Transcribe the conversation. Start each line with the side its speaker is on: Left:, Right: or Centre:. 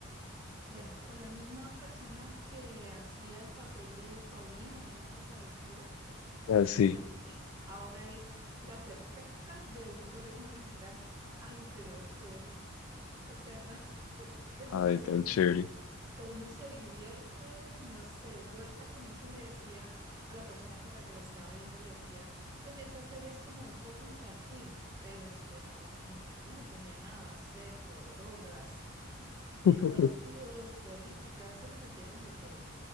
Right: Bueno, con la misma persona que hacía el papel de Paulina ahí en la Casa de las Flores,
Left: así,
Right: esa actriz ahora es la perfecta de un colegio mexicano. Ay, pero se ven, o sea, <laughs> es
Left: ay,
Right: una serie
Left: tan chévere,
Right: que uno se divierte, no sé, yo al comienzo le decía a la persona con la que la estaba viendo, le decía, oye, esa serie es como un poco infantil, pero es que no, infantil no tenía nada, sexo, drogas eh,
Left: <laughs>
Right: torcidos, políticas, se le metieron de todo.